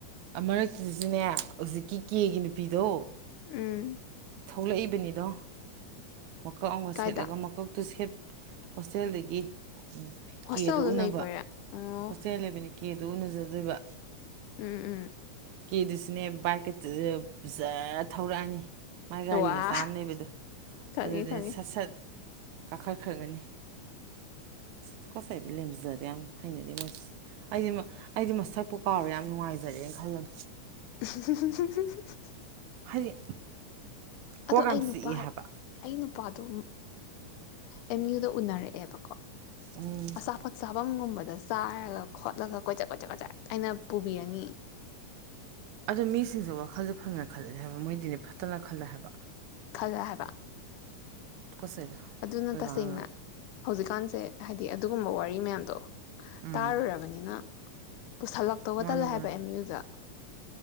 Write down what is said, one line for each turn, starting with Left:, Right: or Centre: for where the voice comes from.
Right: ꯑ ꯃꯔꯛ ꯁꯤꯗꯖꯨꯅꯦ ꯅꯦ ꯍꯧꯖꯤꯛꯀꯤ ꯀꯦꯒꯤ ꯅꯨꯄꯤꯗꯣ
Left: ꯎꯝ
Right: ꯊꯣꯛꯂꯛꯏꯕꯅꯤꯗꯣ ꯃꯀꯛ ꯑꯃꯒ
Left: ꯀꯥꯏꯗ
Right: ꯁꯦꯠꯂꯒ ꯃꯀꯛꯇꯨ ꯁꯦꯠ ꯍꯣꯁꯇꯦꯜꯗꯒꯤ ꯎꯝ
Left: ꯍꯣꯁꯇꯦꯜꯗ
Right: ꯀꯦ ꯗꯨ ꯎꯅꯕ
Left: ꯂꯩꯕꯩꯔꯥ ꯑꯣ
Right: ꯍꯣꯁꯇꯦꯜ ꯂꯩꯕꯅꯤ ꯀꯦꯗꯨ ꯎꯅꯖꯗꯣꯏꯕ
Left: ꯎꯝ ꯎꯝ
Right: ꯀꯦꯗꯨꯁꯨꯅꯦ ꯕꯥꯏꯛꯀ ꯖꯥ ꯊꯧꯔꯛꯑꯅꯤ ꯃꯥꯥꯏ ꯒꯥꯔꯤ
Left: ꯋꯥ
Right: ꯃꯆꯥ ꯑꯃ ꯂꯩꯕꯗꯣ
Left: ꯈꯪꯉꯦ
Right: ꯑꯗꯨꯗ
Left: ꯈꯪꯉꯦ
Right: ꯁꯠ ꯁꯠ ꯀꯥꯈꯠꯈ꯭ꯔꯒꯅꯤ ꯇꯨꯀꯠꯆꯩꯗ ꯂꯦꯝꯖꯗꯦ ꯌꯥꯝꯅ ꯍꯩꯅꯗꯤ ꯑꯩꯗꯤ ꯑꯩꯗꯤ ꯃꯁꯛꯄꯨ ꯀꯥꯎꯔꯦ ꯌꯥꯝ ꯅꯨꯡꯉꯥꯏꯖꯔꯦꯅ ꯈꯜꯂꯝ
Left: <unintelligible>
Right: ꯍꯥꯏꯗꯤ ꯀꯣꯛ
Left: ꯑꯗꯣ
Right: ꯌꯥꯝ
Left: ꯑꯩ
Right: ꯆꯤꯛꯏ
Left: ꯅꯨꯄꯥ
Right: ꯍꯥꯏꯕ
Left: ꯑꯩ ꯅꯨꯄꯥꯗꯣ ꯑꯦꯝ ꯌꯨꯗ ꯎꯅꯔꯛꯑꯦꯕꯀꯣ
Right: ꯎꯝ
Left: ꯑꯁꯥꯐꯠ ꯁꯥꯕꯪꯒꯨꯝꯕ ꯆꯥꯏꯔꯒ ꯈꯣꯠꯂꯒ ꯀꯣꯏꯆꯠ ꯀꯣꯏꯆꯠ ꯀꯣꯏꯆꯠ ꯑꯩꯅ ꯄꯨꯕꯤꯔꯅꯤ
Right: ꯑꯣ ꯃꯤꯁꯤꯡꯁꯦ ꯋꯥꯈꯜꯗꯣ ꯐꯖꯅ ꯈꯜꯂꯛꯑꯦ ꯍꯥꯏꯕ ꯃꯣꯏꯗꯤꯅꯦ ꯐꯠꯇꯅ ꯈꯜꯂꯦ ꯍꯥꯏꯕ
Left: ꯈꯜꯂꯦ ꯍꯥꯏꯕ
Right: ꯇꯠꯀꯣꯁꯦ ꯑꯗꯨ ꯑꯩꯈꯣꯏ
Left: ꯑꯗꯨꯅ ꯇꯁꯦꯡꯅ
Right: ꯀꯅꯅ
Left: ꯍꯧꯖꯤꯛꯀꯥꯟꯁꯦ ꯍꯥꯏꯗꯤ ꯑꯗꯨꯒꯨꯝꯕ ꯋꯥꯔꯤ ꯃꯌꯥꯝꯗꯣ
Right: ꯎꯝ
Left: ꯇꯥꯔꯨꯔꯕꯅꯤꯅ ꯄꯨꯁꯜꯂꯛꯇꯧꯒ
Right: ꯃꯥꯅꯦ
Left: ꯇꯜꯂꯦ
Right: ꯃꯥꯅꯦ
Left: ꯍꯥꯏꯕ ꯑꯦꯝ ꯌꯨꯗ